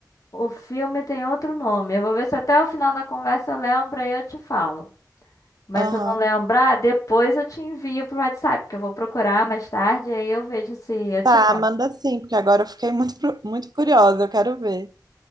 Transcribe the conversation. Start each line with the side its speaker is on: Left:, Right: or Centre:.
Left: O filme tem outro nome. Eu vou ver se até o final da conversa eu lembro e eu te falo. Mas
Right: Aham.
Left: se eu não lembrar, depois eu te envio pro WhatsApp, porque eu vou procurar mais tarde, aí eu vejo se eu te
Right: Tá,
Left: mando.
Right: manda sim, porque agora eu fiquei muito, pro- muito curiosa, eu quero ver.